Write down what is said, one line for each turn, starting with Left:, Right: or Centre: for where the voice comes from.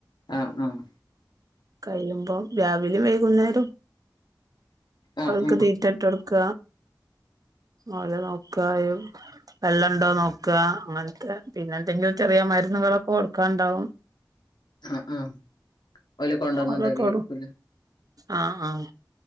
Left: ആഹ് ആഹ്
Right: കഴിയുമ്പം രാവിലും വൈകുന്നേരം
Left: ആഹ്
Right: ഓൽക്ക്
Left: ആഹ്
Right: തീറ്റട്ട്ടുക്ക ഓലെ നോക്ക യും വെള്ളംണ്ടോ നോക്ക അങ്ങൻത്തെ പിന്നെ എന്തെങ്കിലും ചെറിയ മരുന്നുകളൊക്കെ കൊടുക്കാണ്ടാവും
Left: ആഹ് ആഹ് ഓല് കൊണ്ടന്ന്
Right: അതൊക്കെ
Left: തരേയിരിക്കുല്ലേ
Right: ആഹ് ആഹ്